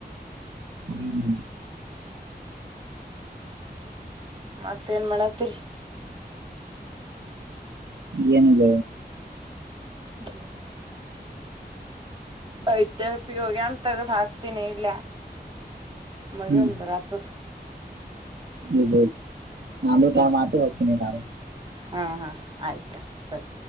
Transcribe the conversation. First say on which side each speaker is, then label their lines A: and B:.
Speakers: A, on the right; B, on the right.
A: ಹ್ಮ್
B: ಮತ್ತೇಏನ್ ಮಾಡತ್ತೀರಿ
A: ಏನು ಇಲ್ಲ
B: ಹ್ಮ್ ಇರ್ಪೋಗನ್ಂತರ ಭಕ್ತನ ಇಲ್ಲ ಮಿಂದ
A: ಹ್ಮ್
B: ಬರ ಆತ
A: ಇದು ಆದು
B: ಹ್ಮ್
A: ಕಾಮ ಆತ ಹತ ಸಾರು
B: ಹಾ ಹಾ ಆಯ್ತ ಸರಿ